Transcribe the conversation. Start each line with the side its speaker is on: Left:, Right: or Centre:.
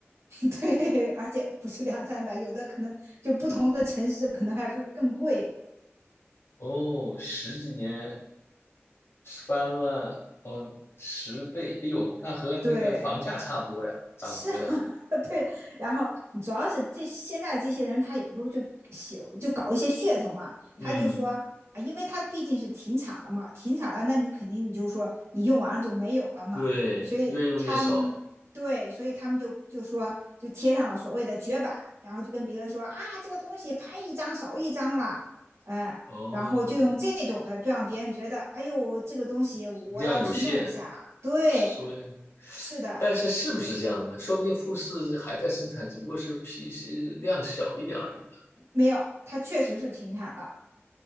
Right: <laughs> 对，而且不是两三百，有的可能就不同的城市可能还更更贵，
Left: 哦，十几年，翻了哦十倍，哎呦，那和那个房价差不多呀，
Right: 对，
Left: 涨幅的，
Right: 是 <laughs> 对，然后主要是这现在这些人，他有时候就喜就搞一些噱头嘛，
Left: 嗯，
Right: 他就说啊，因为他毕竟是停产了嘛，停产了，那你肯定你就说你用完了就没有了嘛，
Left: 对，
Right: 所以他们对，
Left: 越用越少。
Right: 所以他们就就说就贴上了所谓的绝版，然后就跟别人说啊，这个东西拍一张少一张了，嗯，
Left: 哦，
Right: 然后就用这种的，就让别人觉得，哎呦，这个东西我要去弄一下，
Left: 量有限，
Right: 对。
Left: 数量
Right: 是的，
Left: 但是是不是这样的呢？说不定富士还在生产，只不过是批是量小一点而已了。
Right: 没有，它确实是停产了。